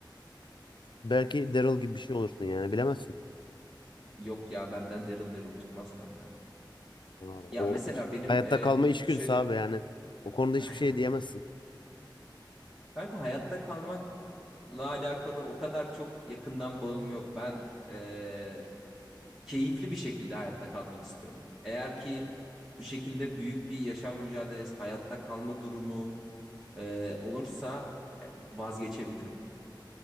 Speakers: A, on the left; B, in the centre.
A: Belki Daryl gibi bir şey olursun yani bilemezsin.
B: Yok ya benden Daryl Merrill çıkmaz kanka.
A: Aa,
B: Ya
A: O
B: mesela
A: iç-
B: benim
A: hayatta
B: e,
A: kalma içgüdüsü
B: şöyle
A: abi yani. O konuda
B: <laughs>
A: hiçbir şey diyemezsin.
B: Kanka hayatta kalmakla alakalı o kadar çok yakından bağım yok. Ben eee, keyifli bir şekilde hayatta kalmak istiyorum. Eğer ki bu şekilde büyük bir yaşam mücadelesi, hayatta kalma durumu eee, olursa e, vazgeçebilirim.